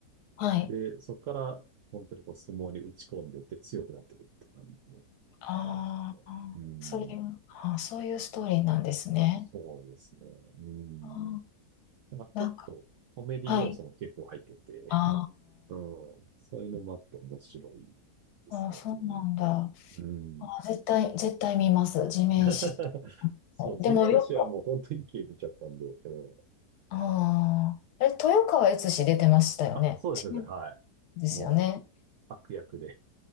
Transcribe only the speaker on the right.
で、そこから、本当にこう、相撲に打ち込んでいって強くなってくるって感じの
話ですね。うん。
あそうそうそうですね。うん。
なんかちょっとコメディ要素も結構入ってて、
<laughs> うん。そういうのもあって面白いですね。
うん。うん。
<laughs> そう、地面師はもう本当に一気に見ちゃったんで、
うん
あ、そうです、そうです。
はい。
もう、悪役で。